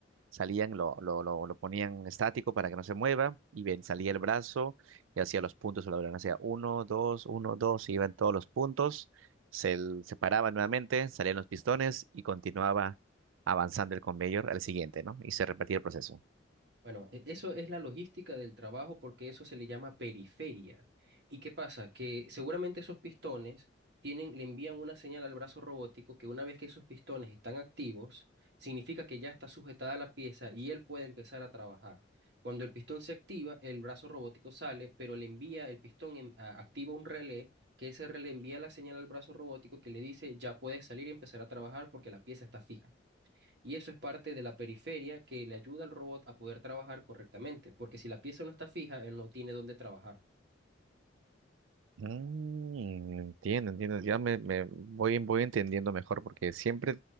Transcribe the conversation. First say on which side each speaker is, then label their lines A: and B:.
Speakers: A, on the right; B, on the right.
A: salían, lo, lo, lo, lo ponían estático para que no se mueva, y ven, salía el brazo y hacía los puntos sobre la lona, hacía uno, dos, uno, dos, y iban todos los puntos, se, se nuevamente, salían los pistones y continuaba avanzando el conveyor al siguiente, ¿no? Y se repetía el proceso.
B: Bueno, e- eso es la logística del trabajo porque eso se le llama periferia. ¿Y qué pasa? Que seguramente esos pistones tienen, le envían una señal al brazo robótico que una vez que esos pistones están activos, significa que ya está sujetada la pieza y él puede empezar a trabajar. Cuando el pistón se activa, el brazo robótico sale, pero le envía el pistón, en- a- activa un relé, que ese relé envía la señal al brazo robótico que le dice ya puedes salir y empezar a trabajar porque la pieza está fija. Y eso es parte de la periferia que le ayuda al robot a poder trabajar correctamente, porque si la pieza no está fija, él no tiene dónde trabajar.
A: Mm, entiendo, entiendo, ya me, me voy, voy entendiendo mejor porque siempre,